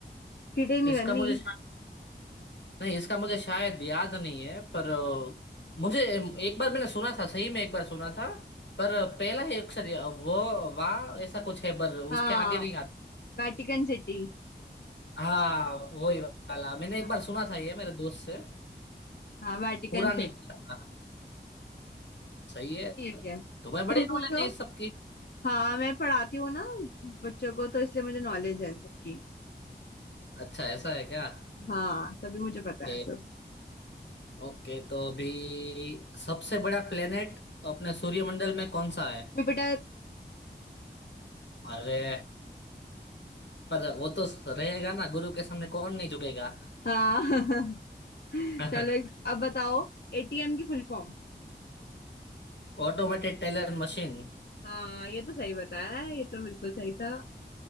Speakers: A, on the left; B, on the left.
A: चीटिंग नहीं
B: इसका
A: करनी
B: मुझे शा- नहीं इसका मुझे शायद याद नहीं है पर अ, मुझे एक बार मैंने सुना था सही में एक बार सुना था पर पहला ही अक्षर ये, व वा ऐसा कुछ है पर उसके
A: हाँ
B: आगे नहीं आता
A: वेटिकन सिटी
B: हाँ वही वाला मैंने
A: हाँ
B: एक बार सुना था ये मेरे दोस्त से
A: हाँ वेटिकन
B: पूरा नहीं
A: सिटी
B: पता था सही है
A: ठीक है
B: तुम्हें बड़ी
A: तुम
B: नॉलेज
A: पूछो
B: है इस सबकी
A: हाँ मैं पढ़ाती हूँ ना बच्चों को तो इसलिए मुझे नॉलेज है इन सबकी
B: अच्छा ऐसा है क्या
A: हाँ तभी मुझे पता
B: ओके
A: है सब
B: ओके तो अभी सबसे बड़ा प्लेनेट अपने सूर्यमंडल में कौन सा है
A: जुपिटर
B: अरे पर वो तो रहेगा ना गुरु के सामने कौन नहीं झुकेगा
A: हाँ <laughs>
B: <laughs>
A: चलो एक अब बताओ एटीएम की फुल फॉर्म
B: ऑटोमेटेड टेलर मशीन
A: हाँ ये तो सही बताया है, ये तो बिल्कुल सही था